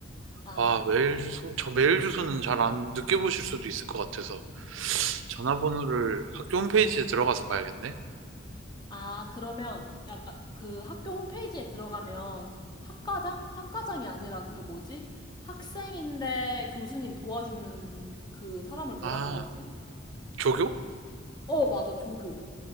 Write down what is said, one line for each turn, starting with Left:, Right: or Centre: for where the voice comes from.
Left: 아,
Right: 와, 메일 주소? 저 메일 주소는 잘 안 늦게 보실 수도 있을 것 같아서 전화번호를 학교 홈페이지에 들어가서 봐야겠네.
Left: 아, 그러면 약간 그 학교 홈페이지에 들어가면 학과장? 학과장이 아니라 그 뭐지? 학생인데 교수님 도와주는 그 사람을 뭐라
Right: 아,
Left: 그러지?
Right: 조교?
Left: 어, 맞아, 조교.